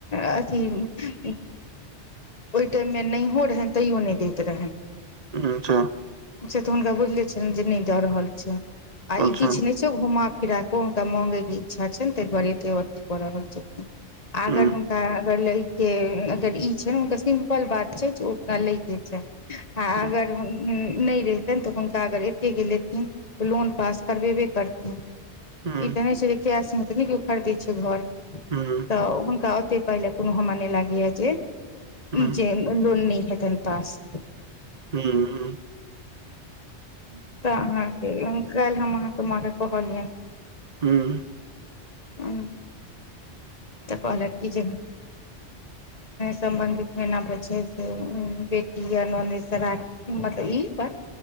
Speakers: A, on the left; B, on the right.
A: अथि ते ओहि टाइम मे नहिहो रहनि तैयो नहि दैत रहनिय
B: उ अच्छा
A: से तऽ हुनका बुझले छलैन जे नय दऽ रहल छै आ
B: अच्छा
A: ई किछ नय सेओ घुमा फिरा कऽ हुनका माँगैके इच्छा छनि ताहि दुआरे एते अथी कऽ रहल छथिन अगर
B: हँ
A: हुनका अगर लय के अगर ई छै ने हुनका सिम्पल बात छै जे ओ लय के अच्छा अगर
B: हँ
A: हुनका नय रहतेन तऽ हुनका अगर एतेके एथिन तऽ लोन पास करबेबे करथिन ई
B: हँ
A: तऽ नहि छै जे कैश में तऽ नहि केओ खरीदै छै घर
B: हू
A: तऽ हुनका ओते पहिले कोनो हमरा नहि लागैया जे
B: हँ
A: ई जे लॉन नय हतय पास
B: हूं हुं <inaudible>
A: तऽ अहाँके काल्हि हम अहाँके माँ के कहलियनि
B: हूँ
A: अ <unintelligible> तऽ कहलक की जे सम्बन्धितना पर <inaudible> छै से बेटी य स मतलब ई पर